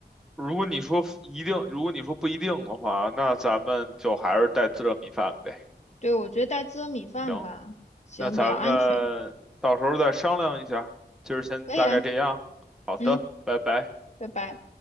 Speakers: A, in the centre; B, on the left (about 40°).
A: 如果你说一定，如果你说不一定的话，那咱们就还是带自热米饭呗。
B: 对，我觉得带自热米饭吧，
A: 行，
B: 行，
A: 那咱们到时候再商量一下。
B: 比较安全，
A: 今儿先大概这样。
B: 可以啊，
A: 好的，
B: 嗯，
A: 拜拜。
B: 拜拜。